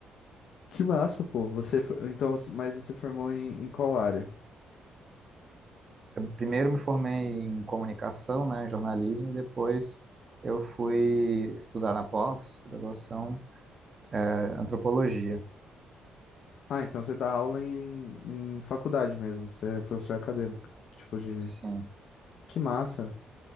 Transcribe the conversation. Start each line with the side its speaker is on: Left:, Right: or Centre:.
Left: Que massa, pô. Você, fo- então, mas você formou em, em qual área?
Right: Primeiro me formei em comunicação, né, em jornalismo, e depois eu fui estudar na pós-graduação, eh, antropologia.
Left: Ah, então você dá aula em, em faculdade mesmo, você é professor acadêmico, tipo de...
Right: Sim.
Left: Que massa!